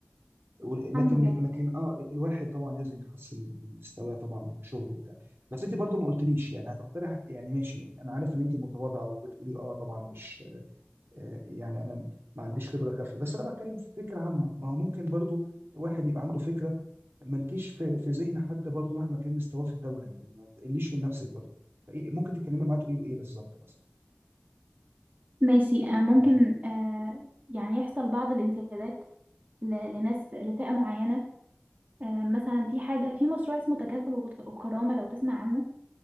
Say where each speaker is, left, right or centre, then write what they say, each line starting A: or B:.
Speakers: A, on the right; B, on the right.
A: و- لكن
B: الحمد لله
A: لكن اه الواحد طبعا لازم يحسن من من مستواه طبعا ومن شغله وبتاع بس انت برضو ما قلتليش يعني هتقترح يعني ماشي انا عارف ان انت متواضعة وبتقولي اه طبعا مش آه يعني انا ما عنديش خبرة كافية بس انا بتكلم في فكرة عامة ما هو ممكن برضو الواحد يبقى عنده فكرة ما تجيش في في ذهن حد برضه مهما كان مستواه في الدوله يعني ما تقليش من نفسك برضه فإيه ممكن تتكلمي معاه تقولي له ايه بالظبط مثلا
B: ماشي آه، ممكن
A: مم.
B: آه، يعني يحصل بعض الانتهاكات ل- لناس لفئة معينة آه، مثلا في حاجة في مشروع اسمه تكافل وت- وكرامة لو تسمع عنه